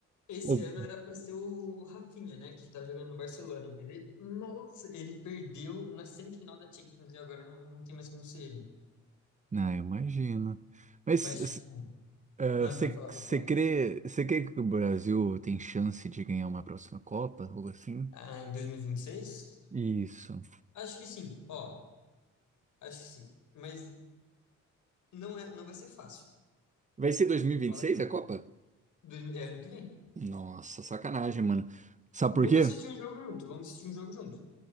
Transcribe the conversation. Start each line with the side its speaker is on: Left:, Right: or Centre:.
Left: Esse
Right: Ou-
Left: ano era para ser o Rafinha, né, que tá jogando no Barcelona. mas Ele, nossa, ele perdeu na semifinal da Champions e agora não, não tem mais como ser ele.
Right: Ah, eu imagino. Mas
Left: Mas,
Right: s-
Left: tipo,
Right: Você
Left: ah, para falar, para falar.
Right: crê, você crê que o Brasil tem chance de ganhar uma próxima Copa, algo assim?
Left: Ah, em 2026?
Right: Isso.
Left: Acho que sim, ó, acho que sim. Mas não é, não vai ser fácil.
Right: Vai ser 2026
Left: Eu vou falar aqui.
Right: a Copa?
Left: Dois mil- é ano que vem.
Right: Nossa, sacanagem, mano. Sabe
Left: Vamos
Right: por quê?
Left: assistir um jogo junto, vamos assistir um jogo junto.